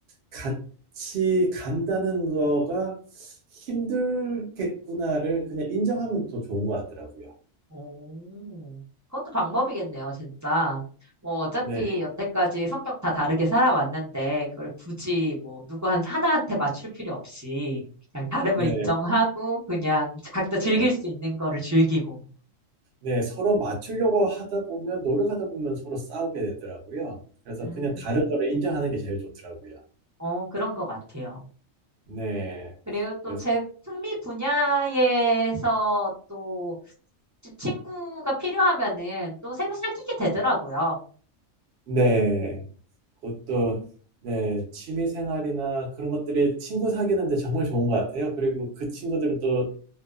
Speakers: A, on the right (about 60°); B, on the right (about 20°).
A: 같이 간다는 거가 힘들겠구나를 그냥 인정하면 더 좋은 것 같더라고요.
B: 오, 그것도 방법이겠네요, 진짜. 뭐, 어차피
A: 네,
B: 여태까지 성격 다 다르게 살아왔는데, 그걸 굳이 뭐, 누구 한, 하나한테 맞출 필요 없이, 그냥 다름을
A: 네,
B: 인정하고, 그냥 각자 즐길
A: 네.
B: 수 있는 거를 즐기고.
A: 네, 서로 맞추려고 하다 보면, 노력하다 보면 서로 싸우게 되더라고요. 그래서
B: 음,
A: 그냥 다른 거를 인정하는 게 제일 좋더라고요.
B: 어, 그런 것 같아요.
A: 네.
B: 그리고 또
A: 그래서,
B: 제 흥미 분야에서 또 지- 친구가 필요하면은 또 새로 사귀게 되더라고요.
A: 네. 그것도, 네, 취미 생활이나 그런 것들이 친구 사귀는 데 정말 좋은 것 같아요. 그리고 그 친구들은 또